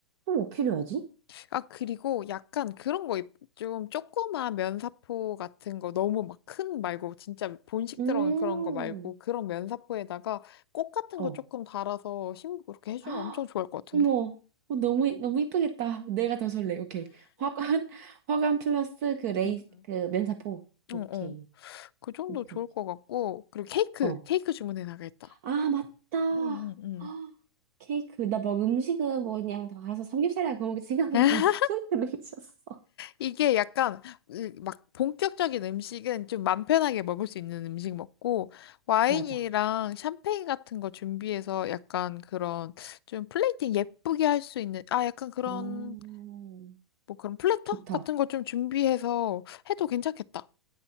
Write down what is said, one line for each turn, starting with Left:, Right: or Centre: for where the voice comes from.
Right: 뭐 필요하지?
Left: 아, 그리고 약간 그런 거, 있- 좀 조그만 면사포 같은 거, 너무 막 큰 말고, 진짜 본식
Right: 음,
Left: 들어간 그런 거 말고, 그런 면사포에다가 꽃 같은
Right: 어,
Left: 거 조금 달아서 신부 그렇게 해주면
Right: 헉!
Left: 엄청 좋을 것 같은데?
Right: 어머, 어, 너무, 이- 너무 이쁘겠다. 내가 더 설레. 오케이. 화관, <laughs> 화관 플러스 그 레이,
Left: 음.
Right: 그 면사포. 오케이.
Left: 어, 어. 그 정도
Right: 오케이.
Left: 좋을 것 같고, 그리고 케이크,
Right: 어.
Left: 케이크 주문해 나가겠다.
Right: 아, 맞다.
Left: 응,
Right: <gasps>
Left: 응,
Right: 헉, 케이크. 나 뭐 음식은 뭐 그냥 다 가서 삼겹살이나 그거 먹을 생각하고
Left: 응.
Right: 있었는데 <laughs> 케이크를 해주셨어.
Left: 이게 약간 으, 막 본격적인 음식은 좀 맘 편하게 먹을 수 있는 음식 먹고 와인이랑
Right: 맞아.
Left: 샴페인 같은 거 준비해서 약간 그런 좀 플레이팅 예쁘게 할 수 있는 아 약간 그런
Right: 어,
Left: 뭐 그런 플래터
Right: 좋다.
Left: 같은 거 좀 준비해서 해도 괜찮겠다.